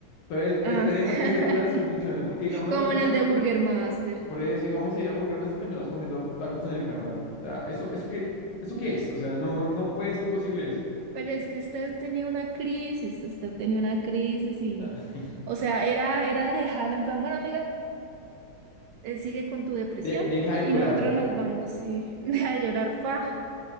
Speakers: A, on the left (about 80°); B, on the right (about 80°).
A: Entonces,
B: ah,
A: esperemos
B: <laughs>
A: que este plan sí funcione, porque digamos
B: como
A: la última,
B: en el de Burger Master.
A: por eso íbamos a ir a Burger Master y terminamos comiendo tacos en el carnal. O sea, eso, eso qué, eso qué es, o sea, no, no puede ser posible eso.
B: Pero es que usted tenía una crisis, usted tenía una crisis y,
A: <laughs>
B: o sea, era, era dejarla en plan, bueno, amiga, eh, sigue con tu depresión
A: De- deja de
B: y
A: llorar,
B: nosotros nos vamos y, <laughs> a llorar, fa.